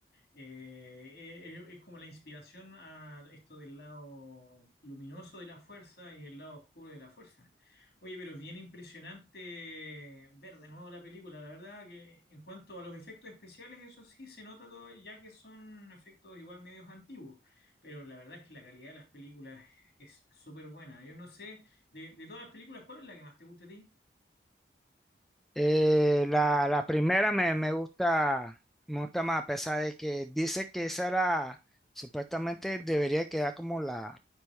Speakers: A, on the left; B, in the centre.
A: eh, eh, es como la inspiración a esto del lado luminoso de la fuerza y el lado oscuro de la fuerza. Oye, pero es bien impresionante ver de nuevo la película. La verdad que en cuanto a los efectos especiales, eso sí se nota todo, ya que son efectos igual medios antiguos pero la verdad es que la calidad de las películas es súper buena. Yo no sé, de, de todas las películas, ¿cuál es la que más te gusta a ti?
B: Eh, la, la primera me, me gusta, me gusta más, a pesar de que dice que esa era, supuestamente debería quedar como la,